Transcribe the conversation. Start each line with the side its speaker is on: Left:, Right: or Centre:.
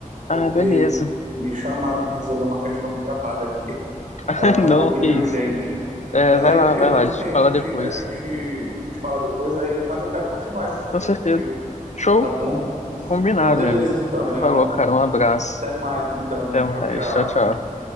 Left: Ah,
Right: porque
Left: beleza.
Right: me chamaram para resolver uma questão do trabalho aqui. <laughs>
Left: <laughs>
Right: Eu acho que é
Left: Não,
Right: um pouquinho
Left: que isso.
Right: urgente.
Left: É,
Right: Mas
Left: vai
Right: aí
Left: lá,
Right: a gente,
Left: vai
Right: mas
Left: lá, a
Right: assim,
Left: gente
Right: a
Left: fala
Right: gente,
Left: depois.
Right: a gente, a gente fala depois aí, eu- mas eu quero continuar essa sessão
Left: Com certeza.
Right: aí contigo,
Left: Show?
Right: tá bom?
Left: Combinado,
Right: Então, beleza,
Left: meu amigo.
Right: então, meu
Left: Falou,
Right: irmão.
Left: cara, um abraço.
Right: Até mais, então.
Left: Até mais.
Right: Tchau, tchau.
Left: Tchau, tchau.